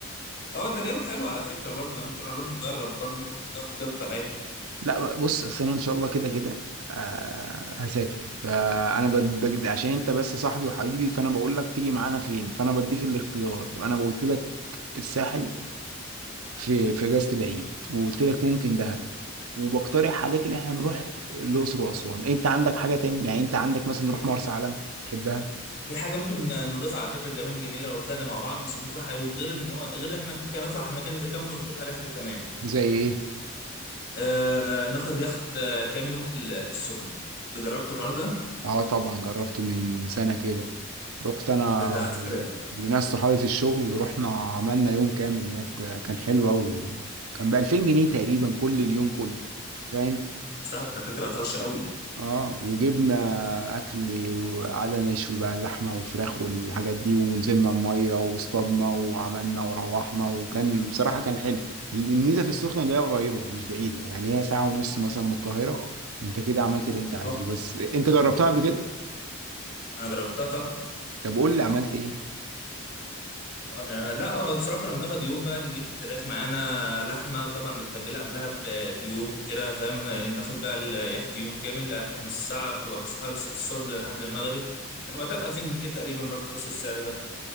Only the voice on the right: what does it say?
لا بص اصل انا ان شاء الله كده كده آه هسافر فانا بد... بد- عشان انت بس صاحبي وحبيبي فانا بقول لك تيجي معانا فين فانا بديك الاختيار وانا قلت لك الساحل في في اجازه العيد وقلت لك ممكن دهب وبقترح عليك ان احنا نروح الاقصر واسوان انت عندك حاجه تاني يعني انت عندك مثلا نروح مرسى علم بتحبها
زي ايه
اه طبعا جربته من سنه كده رحت انا
و...
وناس صحابي في الشغل رحنا عملنا يوم كامل هناك كان حلو قوي كان ب 2000 جنيه تقريبا كل اليوم كله فاهم
اه وجبنا اكل وقعدنا نشوي بقى اللحمه وفراخ والحاجات دي ونزلنا الميه واصطادنا وعملنا وروحنا وكان بصراحه كان حلو الميزه في السخنه اللي هي قريبه مش بعيده يعني هي ساعه ونص مثلا من القاهره انت كده عملت اللي انت عايزه
بس انت جربتها قبل كده
طب قول لي عملت ايه